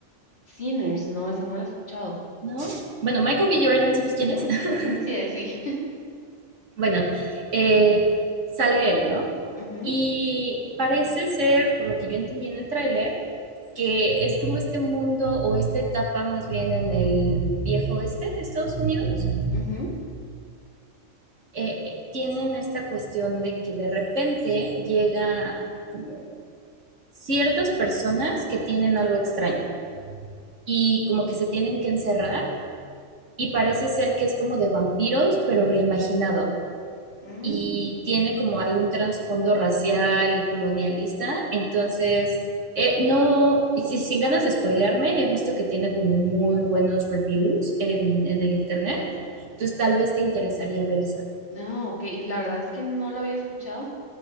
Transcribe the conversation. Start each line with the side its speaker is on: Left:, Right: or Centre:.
Left: Sinners, no, esa no la he escuchado.
Right: ¿no? Bueno, Michael B. Jordan, ¿sabes quién
Left: Ujú,
Right: es? <laughs>
Left: ujú, sí, él sí. <laughs>
Right: Bueno, eh, sale él, ¿no?
Left: Ujú,
Right: Y parece ser, por lo que yo entendí en el tráiler, que es como este mundo o esta etapa más bien en el viejo oeste de Estados Unidos.
Left: ujú,
Right: eh, eh, tienen esta cuestión de que de repente llega como ciertas personas que tienen algo extraño y como que se tienen que encerrar y parece ser que es como de vampiros, pero reimaginado.
Left: ujú,
Right: Y
Left: mm.
Right: tiene como hay un trasfondo racial y colonialista, entonces... Eh, no, y si- sin ganas de spoilearme, he visto que tiene como muy buenos reviews en, en el internet, entonces tal vez te interesaría ver esa.
Left: Ah, ok, la verdad es que no la había escuchado,